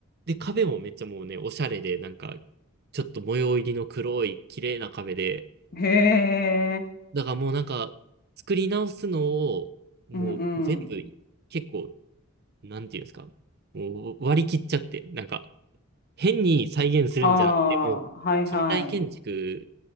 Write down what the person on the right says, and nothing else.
で、壁もめっちゃもうね、おしゃれで、なんか、ちょっと模様入りの黒い綺麗な壁で、
だからもうなんか、作り直すのを、もう全部、
結構、なんていうんですか、もう割り切っちゃって、なんか、変に再現するんじゃなくて、
もう、
近代建築